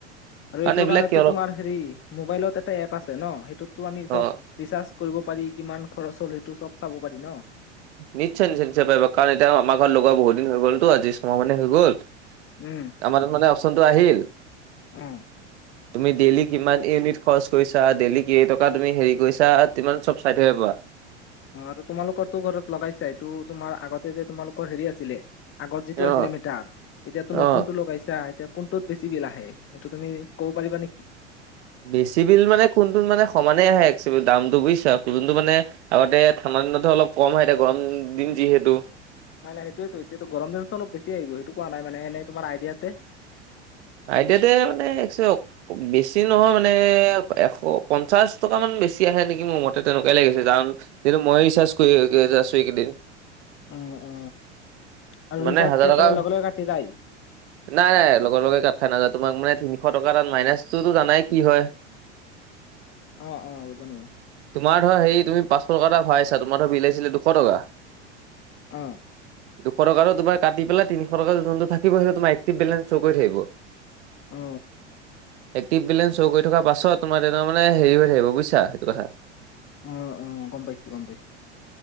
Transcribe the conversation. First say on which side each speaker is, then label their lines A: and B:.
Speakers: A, on the left; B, on the right.
A: আৰু
B: কাৰণ
A: এইটো
B: এইবিলাক
A: কাৰণেটো
B: কি অলপ
A: তোমাৰ হেৰি মোবাইলত এটা এপ আছে ন? সেইটোতো আমি
B: অ
A: চব ৰিচাৰ্জ কৰিব পাৰি। কিমান খৰচ হ'ল এইটো চব চাব পাৰি ন?
B: নিশ্চয়-নিশ্চয়-নিশ্চয় পাৰিব কাৰণ এতিয়া আমাৰ ঘৰত লগোৱা বহুত দিন হৈ গ'লতো, আজি ছমাহ মানে হৈ গ'ল।
A: উম।
B: আমাৰ তাত মানে অপচনটো আহিল।
A: উম।
B: তুমি ডেইলি কিমান ইউনিট খৰচ কৰিছা, ডেইলি কেই টকা তুমি হেৰি কৰিছা তিমান চব চাই থাকিব পাৰা।
A: অ তোমালোকৰ তো ঘৰত লগাইছা। এইটো তোমাৰ আগতে যে তোমালোকৰ হেৰি আছিলে আগত যিটো আছিলে
B: অ
A: মিটাৰ, এতিয়াটো নতুনটো
B: অ
A: লগাইছা। এতিয়া কোনটোত বেছি বিল আহে? সেইটো তুমি ক'ব পাৰিবা নেকি?
B: বেছি বিল মানে কোনটোত মানে সমানেই আহে একচোৱেল দামটো বুইছা। যোনটো মানে আগতে ঠাণ্ডা দিনত ধৰ অলপ কম হয়। এতিয়া গৰম দিন যিহেতু।
A: নাই নাই হেইটোৱেটো। এতিয়াটো গৰম দিনতটো অলপ বেছি আহিব। সেইটো কোৱা নাই। মানে তোমাৰ আইডিয়াতে
B: আইদিয়াতে মানে এক চওক বেছি নহয় মানে এশ পঞ্চাছ টকা মান বেছি আহে নেকি মোৰ মতে। তেনেকুৱাই লাগিছে জাৰণ যিহেতু মই ৰিচাৰ্জ কৰি আছো এইকেইদিন।
A: অ অ আৰু
B: মানে
A: ৰিচাৰ্জ
B: হাজাৰ
A: শেষ
B: টকা
A: হলে লগে লগে কাটি যায়
B: নাই লগৰ লগে কাট নাযায় তোমাক মানে তিনিশ টকা তাত মাইনাচটোতো জানাই কি হয়।
A: অ, অ <unintelligible>
B: তোমাৰ ধৰা হেৰি তুমি পাঁচশ টকা এটা ভৰাইছা, তোমাৰ ধৰ বিল আহিছিলে দুশ টকা।
A: অ।
B: দুশ টকাতো তোমাৰ কাটি পেলাই তিনিশ টকা যোনটো থাকিব সেইটো তোমাৰ একটিভ বেলেঞ্চ হৈ গৈ থাকিব।
A: অ।
B: এক্টিভ বেলেঞ্চ হৈ গৈ থকা পাছত তোমাৰ তেতিয়া মানে হেৰি হৈ থাকিব বুইছা সেইটো কথা।
A: অ, অ গম পাইছো, গম পাইছো।